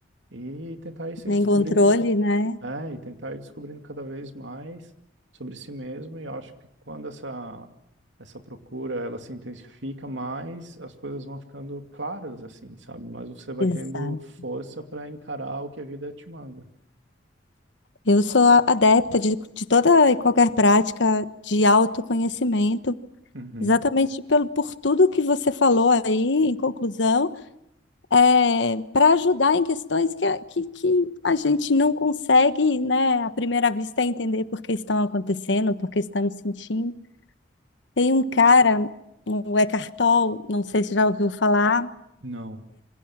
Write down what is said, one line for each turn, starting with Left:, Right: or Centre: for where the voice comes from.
Right: e tentar ir se
Left: nem
Right: descobrindo
Left: controle, né?
Right: é, e tentar ir descobrindo cada vez mais sobre si mesmo, e eu acho que quando essa, essa procura ela se intensifica mais, as coisas vão ficando claras, assim, sabe? Mas você vai
Left: Exato.
Right: tendo força para encarar o que a vida te manda.
Left: Eu sou a- adepta de, de toda e qualquer prática de autoconhecimento,
Right: Uhum.
Left: exatamente pelo, por tudo que você falou aí, em conclusão, é, para ajudar em questões que, a- que, que a gente não consegue, né, à primeira vista, entender por que estão acontecendo, por que estamos sentindo. Tem um cara, o Eckhart Tolle, não sei se já ouviu falar,
Right: Não.